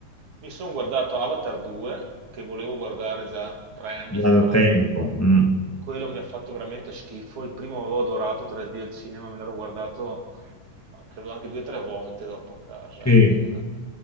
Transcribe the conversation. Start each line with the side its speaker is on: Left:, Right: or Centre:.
Right: Mi sono guardato Avatar 2, che volevo guardare già tre anni
Centre: già
Right: fa.
Centre: da tempo. mm,
Right: Quello mi ha fatto veramente schifo. Il primo avevo adorato 3D al cinema, me l'ero guardato ma credo anche due o tre volte dopo a casa.
Centre: sì,
Right: In,